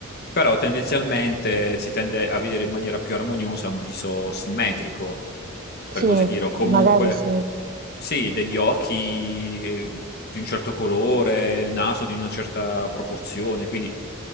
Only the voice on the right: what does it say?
Sì,
magari sì.